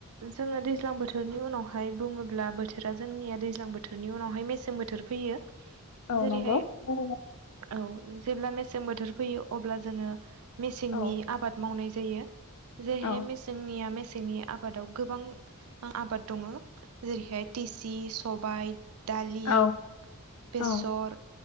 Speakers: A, on the right (about 70°); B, on the left (about 70°).
A: जोङो दै ज्लां बोथोरनि उनावहाय बुङोब्ला बोथोरा जोंनिया दैज्लां बोथोरनि उनावहाय मेसें बोथोर फैयो
B: औ
A: जेरैहाय
B: नंगौ औ
A: औ जेब्ला मेसें बोथोर फैयो अब्ला जोङो मेसेंनि
B: औ
A: आबाद मावनाय जायो जेरैहाय
B: औ
A: मेसेंनिया मेसें नि आबादाव गोबां आबाद दङ जेरैहाय तेसि सबाय दालि
B: औ
A: बेसर
B: औ